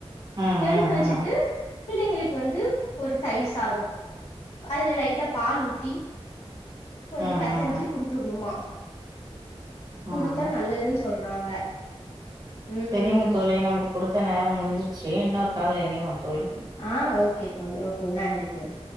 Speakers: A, on the right (about 40°); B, on the left (about 75°).
A: ம்
B: எடுத்து வச்சிட்டு பிள்ளைங்களுக்கு வந்து ஒரு தயிர் சாதோ அதுல லைட்டா பால் ஊத்தி கொஞ்ச
A: ம்
B: பெசஞ்சு குடுத்துடணுமா
A: ம்
B: குடுத்தா நல்லதுன் சொல்றாங்க ம்
A: செரிங்க தோழி நம்மளுக் குடுத்த நேரம் முடிஞ்சிச்சு இன்னொரு கால்ல இணைவோம் தோழி
B: ஆ ஓகே தோழி ஓகே நன்றி தோழி